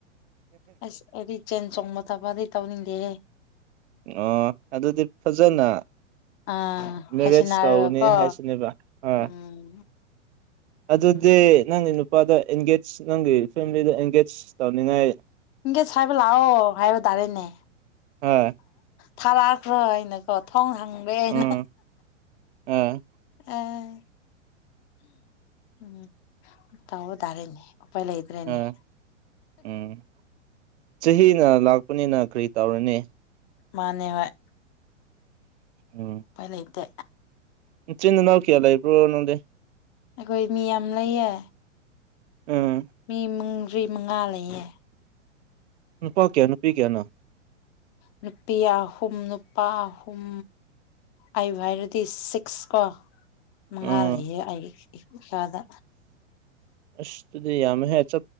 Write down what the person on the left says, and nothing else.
ꯑꯁ ꯑꯩꯗꯤ ꯆꯦꯟ ꯆꯣꯡꯕ ꯊꯕꯛꯇꯤ ꯇꯧꯅꯤꯡꯗꯦꯍꯦ
ꯑꯥ
ꯍꯥꯏꯁꯤꯟꯅꯔꯒꯀꯣ
ꯎꯝ
ꯏꯒꯦꯁ ꯍꯥꯏꯕ ꯂꯥꯛꯑꯣ ꯍꯥꯏꯕ ꯇꯔꯦꯅꯦ
ꯊꯥꯔꯛꯈ꯭ꯔꯣ ꯍꯥꯏꯅꯀꯣ ꯊꯣꯡꯔꯦꯅ ꯍꯥꯏꯅ
ꯑꯥ ꯎꯝ ꯇꯧꯕ ꯇꯔꯦꯅꯦ ꯎꯄꯥꯢ ꯦꯅꯦ
<inaudible>
ꯃꯥꯅꯦ ꯍꯣꯢ
ꯎꯄꯥꯢ ꯂꯩꯇꯦ
ꯑꯩꯈꯣꯏ ꯃꯤ ꯌꯥꯝ ꯂꯩꯌꯦ
ꯃꯤ ꯃꯔꯤ ꯃꯉꯥ ꯂꯩꯌꯦ
ꯅꯨꯄꯤ ꯑꯍꯨꯝ ꯅꯨꯄꯥ ꯑꯍꯨꯝ ꯑꯩꯕꯨ ꯍꯥꯏꯔꯗꯤ ꯁꯤꯛꯁ ꯀꯣ ꯃꯉꯥ
ꯂꯩꯌꯦ ꯑꯩꯒꯤ ꯏꯁꯥꯗ